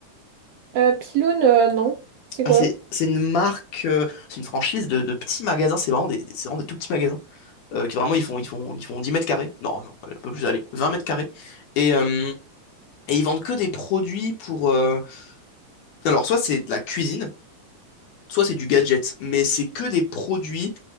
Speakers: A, on the right; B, on the left.
A: Euh, pylône, euh, non. C'est
B: Ah,
A: quoi?
B: c'est c'est une marque, euh, c'est une franchise de, de petits magasins, c'est vraiment des, des- c'est vraiment des tout petits magasins. euh, qui vraiment, ils font, ils font, ils font 10 mètres carrés. Non, non, un peu plus, allez, Vingt mètres carrés. Et, euh, et ils vendent que des produits pour... euh, Alors, soit c'est de la cuisine, soit c'est du gadget, mais c'est que des produits...